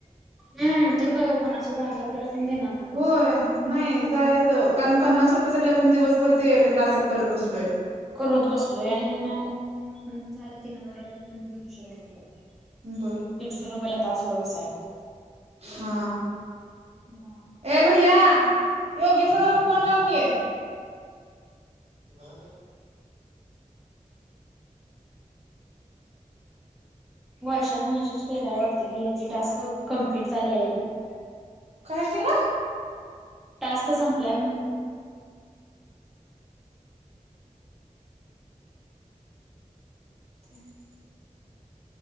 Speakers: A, in the centre; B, on the right.
A: हम तर काय हो पन्नास रुपये हजार रुपये लाकून देणार पन्नास
B: होय
A: रुपये....
B: नाही जायच कारण पन्नास रुपयाे साठी आपण दिवसभर ते टासक करत बसलोय...
A: करत बसलोय आणि मग झालं तीन झालं दीडशे रुपये झाले....
B: बरं...
A: दश रुपयाला तास वर बसायला....
B: हा
A: लागतं.
B: ए भैया योगेश दादाला फोन लागव कि... कसं.....
A: वर्षानने वर्षेच केलाय वाटते की याचे टास्क कंप्लीट झाले आहेत...
B: काय केला....
A: टास्क संपलाय..
B: ठीक....